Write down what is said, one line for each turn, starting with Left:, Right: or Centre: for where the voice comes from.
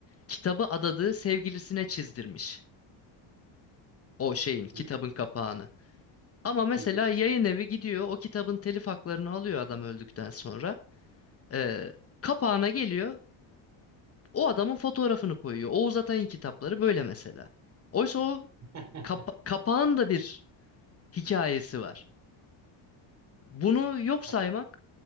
Left: kitabı adadığı sevgilisine çizdirmiş. O şeyin kitabın
Right: hı hı,
Left: kapağını. Ama mesela
Right: hı hı.
Left: yayın evi gidiyor o kitabın telif haklarını alıyor adam öldükten sonra. Ee, kapağına geliyor. O adamın fotoğrafını koyuyor. Oğuz Atay'ın kitapları böyle mesela. Oysa o
Right: <laughs>
Left: kapa- kapağın da bir hikayesi var. Bunu yok
Right: Hak-
Left: saymak